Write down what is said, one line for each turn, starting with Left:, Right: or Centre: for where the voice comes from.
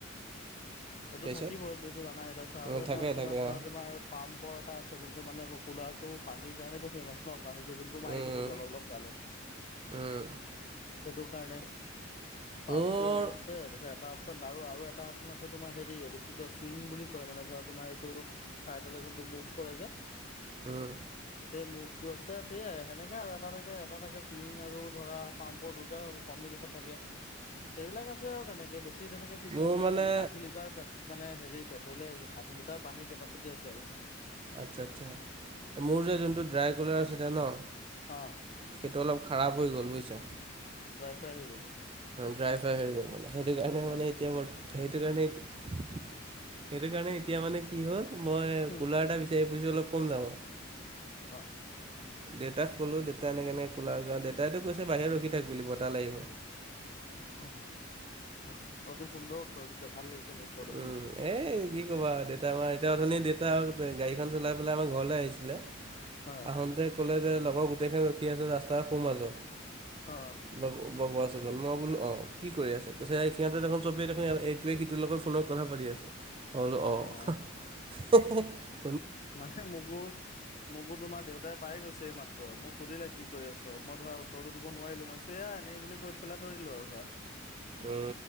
Left: এইটো
Right: তাৰপিছত
Left: থাকিব এইটোটো জানাই এটা আছে আৰু
Right: অঁ
Left: এটা
Right: থাকে
Left: আছে
Right: থাকে
Left: তাত ধৰা
Right: অঁ
Left: তোমাৰ পাম্পৰ এটা আছে যোনটো মানে কুলাৰটো পানীৰ কাৰণো ফেমাচ ন পানীটো যোনটো মাৰি
Right: উম
Left: থাকে যে অলপ অলপ
Right: উম
Left: সেইটো কাৰণে, পামটো
Right: মোৰ
Left: অলপ আছে এটা অপশচন আৰু এটা অপশচন আছে তোমাৰ হেৰি এইটো কি কয় চুইং বুলি কয় মানে ধৰা তোমাৰ এইটো- চাইডালে যোনটো মুভ কৰে যে।
Right: উম
Left: সেই মুভটো আছে সেইয়াই সেনেকে আৰু এটা এটাকে। দুটা থাকে চুইং আৰু ধৰা পাম্পৰ দুটা কম্বিনেশ্যন থাকে। এইবিলাক আছে আৰু তেনেকে বেছি তেনেকে ফিচাৰ্চ
Right: মোৰ
Left: নাই
Right: মানে
Left: খালি ষাঠি লি। ট মানে হেৰি পেট্ৰলে ষাঠি লিটাৰ পানীৰ কেপাচিটি আছে আৰু।
Right: আচ্ছা আচ্ছা মোৰ যে যোনটো ড্ৰাইকোলাৰ আছিলে ন।
Left: অ,
Right: সেইটো অলপ খাৰাপ হৈ গ'ল বুজিছা।
Left: ড্ৰাই ফ্ৰাই হৈ গ'ল।
Right: ড্ৰাই ফ্ৰাই হৈ গ'ল মানে সেইটো কাৰণে
Left: অ',
Right: মানে এতিয়া। সেইটো কাৰণে সেইটো কাৰণে। এতিয়া মানে কি হ'ল মই
Left: হুম।
Right: কুলাৰ এটা বিচাৰি ফুৰিছোঁ অলপ কম দামত।
Left: অ,
Right: দেউতাক ক'লো দেউতাই এনেকে এনেকে কোলাৰ আৰু কাৰণ দেউতাইটো কৈছে বাহিৰত ৰখি থাক বুলি বতাহ লাগিব।
Left: অতি সুন্দৰ উত্তৰ দিছে ভাল লাগিছে মোৰ। উত্তৰটো শুনি।
Right: উম এ কি ক'বা আৰু দেউতা আমাৰ এতিয়া অথনি দেতা গাড়ীখন চলাই পেলাই আমাৰ ঘৰলে আহিছিলে।
Left: অ',
Right: আহঁতে ক'লে যে লগৰ গোটেইখিন ৰখি আছে ৰাস্তাৰ সোঁ মাজত।
Left: অ,
Right: বগুৱ চুকত মই বোলো অ কি কৰি আছে কৈছে সিহঁতে দেখোন চবেই দেখোন এইটোৱে সিটোৰ লগত। ফোনত কথা পাতি আছে মই বোলো
Left: অ',
Right: অ,
Left: অ', মানে মোকো মোকো তোমাৰ দেউতাই পাই গৈছে এই মাত, উ মোক সুধিলে কি কৰি আছ মই ধৰা উত্তৰটো দিব নোৱাৰিলো মইছো এয়া এনেই বুলি কৈ পেলাই থৈ দিলো আৰু ধৰা।
Right: উ